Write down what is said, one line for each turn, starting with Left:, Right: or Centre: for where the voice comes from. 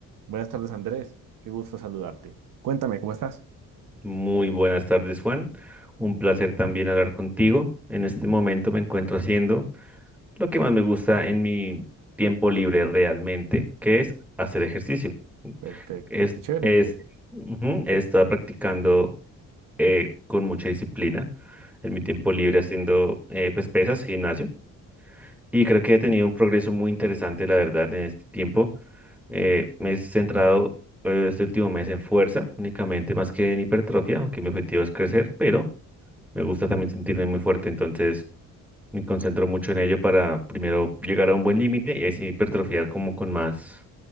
Right: Buenas tardes, Andrés. Qué gusto saludarte. Cuéntame, ¿cómo estás?
Centre: Muy buenas tardes, Juan. Un placer también hablar contigo. En este momento me encuentro haciendo lo que más me gusta en mi tiempo libre realmente, que es hacer ejercicio.
Right: Perfecto,
Centre: Es,
Right: qué chévere.
Centre: es, ujú, he estado practicando eh, con mucha disciplina en mi tiempo libre haciendo eh, pues pesas, gimnasio. Y creo que he tenido un progreso muy interesante, la verdad, en este tiempo. Eh, me he centrado eh, este último mes en fuerza únicamente, más que en hipertrofia, aunque mi objetivo es crecer, pero... Me gusta también sentirme muy fuerte, entonces me concentro mucho en ello para primero llegar a un buen límite y así hipertrofiar como con más,